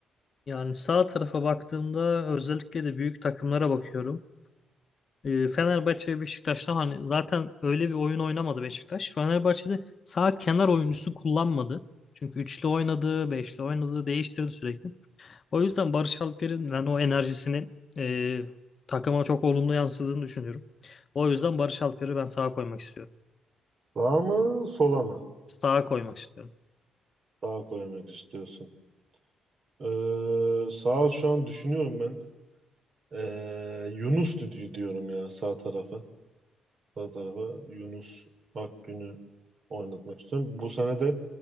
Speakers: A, on the left; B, on the right.
A: Yani sağ tarafa baktığımda özellikle de büyük takımlara bakıyorum. E, Fenerbahçe ve Beşiktaş'tan hani zaten öyle bir oyun oynamadı Beşiktaş. Fenerbahçe'de sağ kenar oyuncusu kullanmadı. Çünkü üçlü oynadı, beşli oynadı, değiştirdi sürekli. O yüzden Barış Alper'in ben o enerjisinin e, takıma çok olumlu yansıdığını düşünüyorum. O yüzden Barış Alper'i ben sağa koymak istiyorum.
B: Sağa mı sola mı?
A: Sağa koymak istiyorum.
B: Sağa koymak istiyorsun. Ee, sağa şu an düşünüyorum ben. Ee, Yunus di- diyorum ya sağ tarafa. Sağ tarafa Yunus Akgün'ü oynatmak istiyorum. Bu sene de